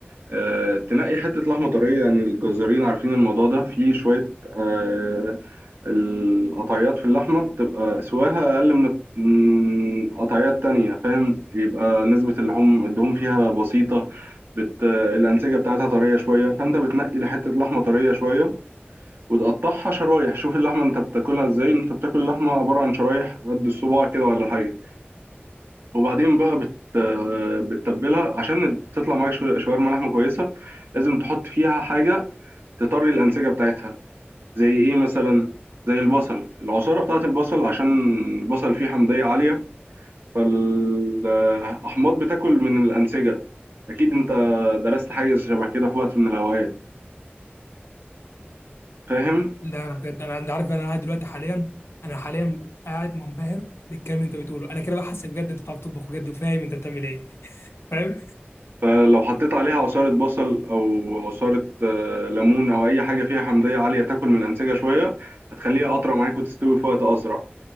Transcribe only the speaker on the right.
آه، تنقي حتة لحمة طرية يعني الجزارين عارفين الموضوع ده في شوية آه، القطعيات في اللحمة بتبقى سواها أقل من الت- من قطعيات تانية فاهم يبقى نسبة اللحوم الدهون فيها بسيطة بت... الأنسجة بتاعتها طرية شوية فأنت بتنقي لحتة لحمة طرية شوية وتقطعها شرايح شوف اللحمة أنت بتاكلها إزاي أنت بتاكل اللحمة عبارة عن شرايح قد الصباع كده ولا حاجة وبعدين بقى بت... بتتبلها عشان تطلع معاك شو- شاورما لحمة كويسة لازم تحط فيها حاجة تطري الأنسجة بتاعتها زي إيه مثلا زي البصل العصارة بتاعت البصل عشان البصل فيه حمضية عالية فالأحماض بتاكل من الأنسجة أكيد أنت درست حاجة شبه كده في وقت من الأوقات فاهم
فلو حطيت عليها عصارة بصل أو عصارة آه، ليمون أو أي حاجة فيها حمضية عالية تاكل من الأنسجة شوية هتخليها أطرى معاك وتستوي في وقت أسرع